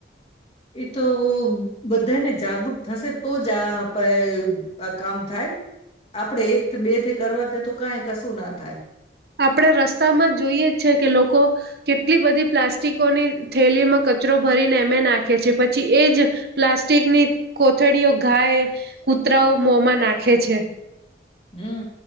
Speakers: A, on the left (about 35°); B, on the right (about 60°).
A: એ તો બધાને જાગૃત થશે... તો જા આ પ આ કામ થાય. આપડે એકથ બે થી કરવા કે તો... કઈ કશું ના થાય.
B: આપણે રસ્તામાં જોઈએ જ છે કે લોકો કેટલી બધી પ્લાસ્ટિકોની થેલીમાં કચરો ભરીને એમે નાખે છે, પછી એ જ પ્લાસ્ટિકની કોથળીઓ ગાય, કૂતરાઓ મોંમાં નાખે છે.
A: હમ